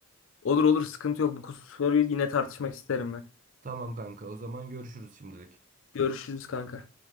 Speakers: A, on the left; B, on the right.
A: Olur olur sıkıntı yok. Bu soruyu yine tartışmak isterim ben.
B: Tamam kanka o zaman görüşürüz şimdilik.
A: Görüşürüz kanka.